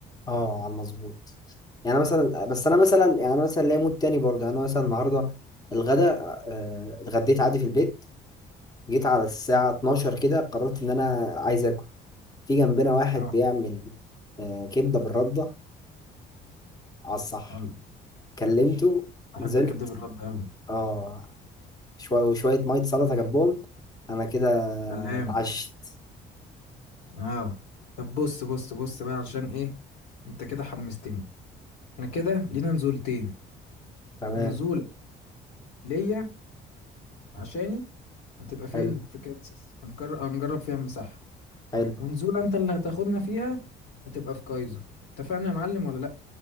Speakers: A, on the left; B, on the left.
A: اه على المظبوط يعني أنا مثلا بس انا مثلا يعني انا مثلا ليا مود تاني برضه يعني انا مثلا النهارده الغدا آه، اتغديت عادي في البيت جيت على الساعه 12 كده قررت ان انا عايز اكل في جنبنا واحد
B: اه
A: بيعمل آه، كبده بالرده على الصح
B: والله
A: كلمته
B: بحب
A: نزلت
B: الكبده بالرد قوي
A: اه شوية وشوية مية سلطة جنبهم أنا كده
B: سلام
A: اتعشت
B: اه طب بص بص بص بقى علشان ايه انت كده حمستني احنا كده لينا نزولتين
A: تمام
B: نزولة ليا عشاني هتبقى فين
A: حلو
B: في كانساس هنكر... هنجرب فيها المساحة
A: حلو
B: ونزولة انت اللي هتاخدنا فيها هتبقى في كايزو اتفقنا يا معلم ولا لا